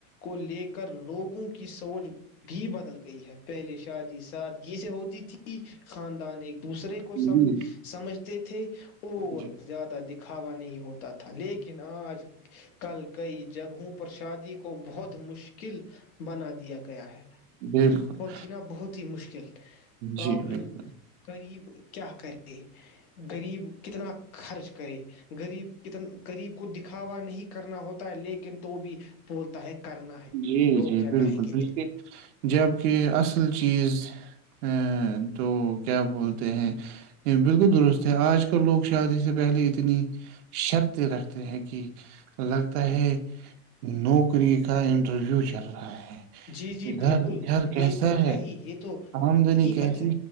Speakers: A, on the left; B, on the right.
A: کو لے کر لوگوں کی س سوچ بھی بدل گئی ہے پہلے شادی ساد یہ سے ہوتی تھی خاندان ایک دوسرے
B: جی
A: کو سمج
B: جی
A: سمجھ تھے اور
B: جی
A: زیادہ دکھاوا نہیں ہوتا تھا تھا لیکن آج کل کئی جگہوں پر شادی کو بہت مشکل بنا دیا گیا ہے
B: بالکل
A: بہت ہی نا بہت ہی مشکل پرابلم
B: جی بالکل
A: غریب کیا کرے غریب کتنا خرچ کرے غریب کتنا قغریب کو دکھاوا نہیں کرنا ہوتا ہے لیکن تو بھی بولتا ہے کرنا ہے
B: جی
A: کیونکہ لوگ
B: جی
A: کیا
B: بالکل
A: کہیں گے
B: بالک جبک اصل چیز ا تو کیا بولتے ہیں بالکل درست ہے آج کل لوگ شادی سے پہلے اتنی شرطیں رکھتے ہیں کہ لگتا ہے نوکری اس کا انٹرویو چل رہا ہے
A: جی جی
B: گھر
A: بالکل
B: گھر کیسا
A: یہ تو ہے ہی یہ تو
B: آمدنی
A: حقیقت
B: کیسی
A: ہے